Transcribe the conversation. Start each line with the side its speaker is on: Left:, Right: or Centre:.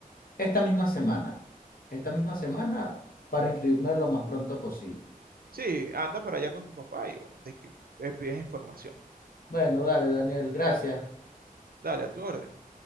Left: esta misma semana, esta misma semana
Right: ¿no?
Left: para inscribirme lo más pronto posible.
Right: Sí, anda para allá con tu papá y bueno, te, que- le pides información.
Left: Bueno, dale, Daniel, gracias.
Right: Dale, a tu orden.